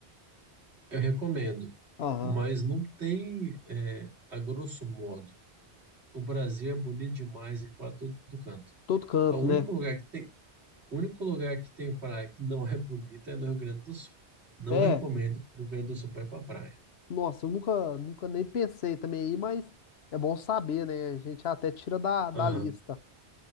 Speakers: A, on the right; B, on the left.
A: Eu recomendo,
B: Aham,
A: mas não tem, é, a grosso modo. O Brasil é bonito demais e quase todo canto.
B: Todo canto,
A: O único
B: né?
A: lugar que tem, o único lugar que tem praia que não é bonita é no Rio Grande do Sul. Não
B: É,
A: recomendo pro Rio Grande do Sul para ir para praia.
B: nossa, eu nunca, nunca nem pensei também aí, mas é bom saber, né? A gente até tira da, da
A: Aham.
B: lista.